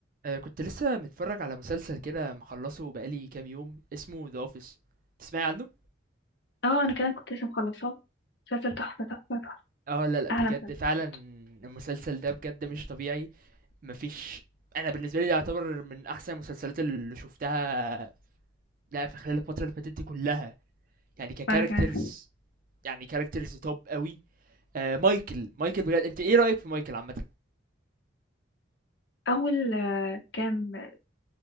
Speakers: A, on the right (about 45°); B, on the left (about 60°).
A: آه، كنت لسه متفرج على مسلسل كده مخلصه بقالي كام يوم اسمه ذا اوفيس تسمعي عنه
B: اه انا كمان كنت لسه مخلصاه مسلسل تحفه تحفه تحفه
A: اه لا لا
B: احلى
A: بجد
B: مسلسل
A: فعلا
B: شفته
A: المسلسل ده بجد مش طبيعي مفيش انا بالنسبه لي ده يعتبر من احسن المسلسلات اللي شفتها لا في خلال الفتره اللي فاتت دي كلها يعني ككاركترز
B: وانا كمان
A: يعني كاركترز توب قوي آه مايكل مايكل بجد انت ايه رايك في مايكل عامه
B: اول آه، كام